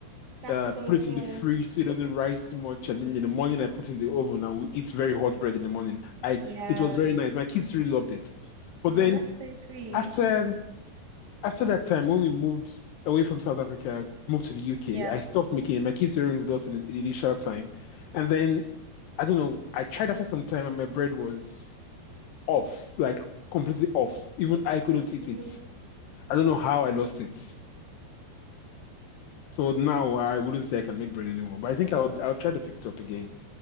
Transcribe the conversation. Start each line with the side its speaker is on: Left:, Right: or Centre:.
Right: That's
Left: uh,
Right: so
Left: put it
Right: good.
Left: in the fridge so it doesn't rise too much. And then in the morning, I put it in the oven and we eat very hot bread in the morning. I
Right: Yeah.
Left: it was very nice. My kids really loved it. But
Right: Oh,
Left: then
Right: that's so sweet.
Left: after after that time, when we moved away from South Africa, moved to the UK,
Right: Yeah.
Left: I stopped making it. My kids were with us in the initial time, and then I don't know. I tried after some time, and my bread was off, like completely off. Even I couldn't
Right: Really?
Left: eat it. I don't know how I lost it. So now I wouldn't say I can make bread anymore, but I think I'll I'll try to pick it up again.